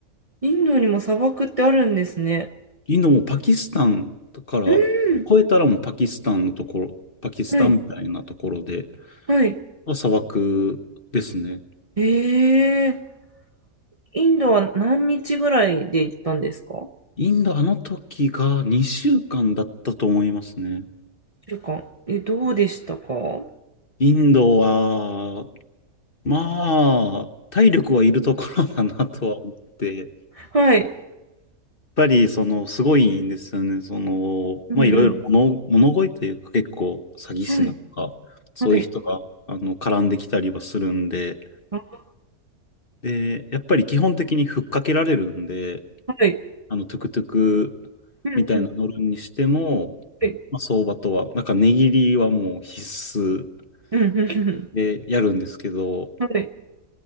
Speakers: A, on the right; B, on the left.
A: インドにも砂漠ってあるんですね。
B: インドもパキスタンだから、
A: うん、
B: 越えたらもうパキスタンのところ、パキスタンみたいなところで、
A: はい、はい、
B: 砂漠ですね。
A: ええインドは何日ぐらいで行ったんですか
B: インド、あの時が2週間だったと思いますね。
A: 一週間。え、どうでしたか
B: インドは、まあ、体力はいるところだなとは思って、
A: はい。
B: ぱり、その、すごいんですよね。その、
A: うんうん。
B: まあ、いろいろ物、物乞いというか、結構、詐欺師なん。
A: はい。
B: とか、そういう人が、
A: はい。
B: あの、絡んできたりはするんで、
A: あ、
B: で、やっぱり基本的にふっかけられるんで、
A: はい。
B: あの、トゥクトゥク
A: うんうん。
B: みたいな乗るにしても、
A: はい。
B: まあ、相場とは、なんか、値切りはもう必須
A: うんうんうん。
B: でやるんですけど、
A: はい。